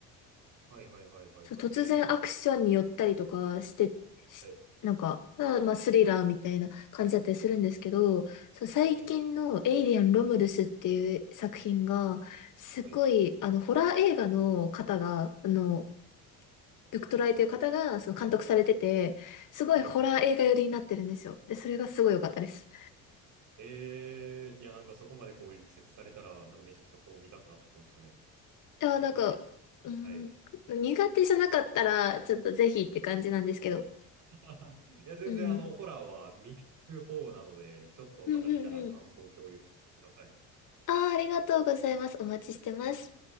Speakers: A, on the right; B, on the left.
A: はいはいはいはいはい。
B: そう、突然アクションに寄ったりとかして、
A: へ
B: しなんか、
A: え。
B: まあ、まあスリラーみたいな感じだったりするんですけど、そう、最近のエイリアン・
A: はい。
B: ロムルスっていう作品が、すごい、
A: はい。
B: あの、ホラー映画の方が、あの、ビクトライという方が、その監督されてて、すごいホラー映画寄りになってるんですよ。
A: はい。
B: で、それがすごい良かったです。
A: ええー、いや、なんかそこまでこう力説されたら、なんかめちゃくちゃこう見たくなってきましたね。
B: いや、
A: ちゃんと、
B: なんか、
A: え、
B: うん、
A: はい。
B: 苦手じゃなかったら、ちょっとぜひって感じなんですけど。
A: <laughs> いや、全然あの、
B: うん。
A: ホラーは見る方なので、ちょっとまた見たら感想を共有ください。
B: うんうんうん。ああ、ありがとうございます。お待ちしてます。